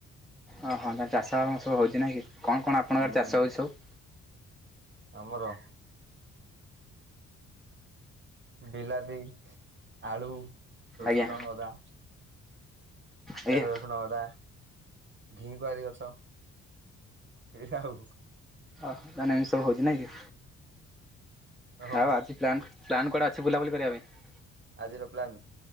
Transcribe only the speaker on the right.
ହୁଁ
ଆମର? ବିଲାତି, ଆଳୁ, ରସୁଣ,
ଅଦା।
ପିଆଜ, ରସୁଣ, ଅଦା ଘିକୁଆଁରି ଗଛ। ଏଇଟା ଆଉ।
ଓହୋ
ଆଜିର ପ୍ଲାନ୍?